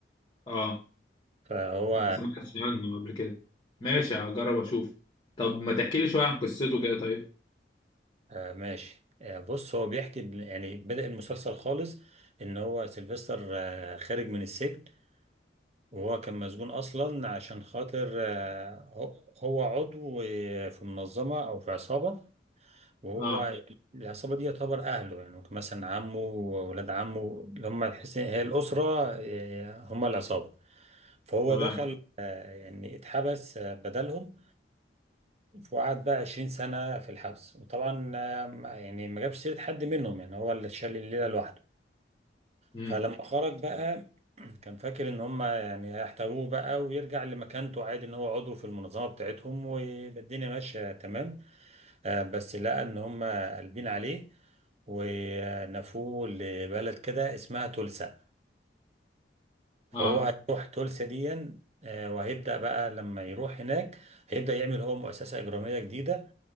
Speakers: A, on the left; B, on the right.
A: اه
B: فهو
A: أنا ما سمعتش عنه قبل كده ماشي هجرب اشوف طب ما تحكي لي شويه عن قصته كده طيب
B: آه، ماشي آه، بص هو بيحكي إن- يعني بدأ المسلسل خالص إن هو سيلفستر آه، خارج من السجن وهو كان مسجون أصلا عشان خاطر آه، هو هو عضو آه، في منظمة أو في عصابة وهو
A: اه
B: يعني العصابة دي يعتبر أهله يعني مثلا عمه وولاد عمه اللي هم الحس- هي الأسرة إيه، هم العصابة فهو
A: تمام
B: دخل آه، يعني اتحبس آه، بدلهم وقعد بقى 20 سنة في الحبس وطبعا آه، ما- يعني ما جابش سيرة حد منهم يعني هو اللي شال الليلة لوحده
A: امم
B: فلما خرج بقى <clears throat> كان فاكر ان هم يعني هيحتووه بقى ويرجع لمكانته عادي ان هو عضو في المنظمة بتاعتهم والدنيا ماشية تمام آه، بس لقى ان هم قلبين عليه ونفوه لبلد كده اسمها تولسا فهو
A: اه
B: هيروح تولسا دي آه، وهيبدأ بقى لما يروح هناك هيبدأ يعمل هو مؤسسة إجرامية جديدة